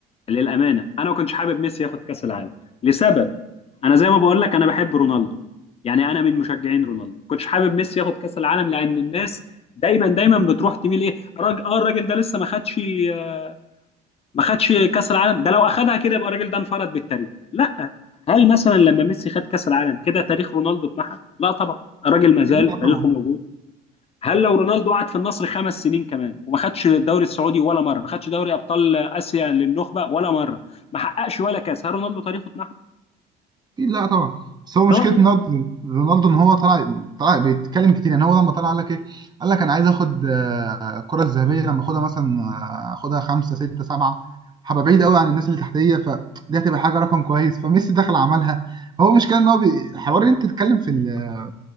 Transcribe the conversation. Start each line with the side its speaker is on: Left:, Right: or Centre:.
Left: للامانه انا ما كنتش حابب ميسي ياخد كاس العالم لسبب انا زي ما بقول لك انا بحب رونالدو يعني انا من مشجعين رونالدو ما كنتش حابب ميسي ياخد كاس العالم لان الناس دايما دايما بتروح تميل ايه راجل اه الراجل ده لسه ما خدش آه، ما خدش كاس العالم ده لو اخدها كده يبقى الراجل ده انفرد بالتاريخ لا هل مثلا لما ميسي خد كاس العالم كده تاريخ رونالدو اتمحى لا طبعا الراجل ما زال
Right: برضه
Left: تاريخه موجود هل لو رونالدو قعد في النصر خمس سنين كمان وما خدش الدوري السعودي ولا مره ما خدش دوري ابطال اسيا للنخبه ولا مره ما حققش ولا كاس هل رونالدو تاريخه اتمحى
Right: لا طبعا بس هو مشكله
Left: طبعا لا
Right: رونالدو رونالدو ان هو طلع طلع بيتكلم كتير يعني هو لما طلع قال لك ايه قال لك انا عايز اخد آه، الكره الذهبيه لما اخدها مثلا آه، اخدها خمسه سته سبعه هبقى بعيد قوي عن الناس اللي تحتيه فدي هتبقى حاجه رقم كويس فميسي دخل عملها هو مشكله ان هو بي- حوار ان انت تتكلم في ال-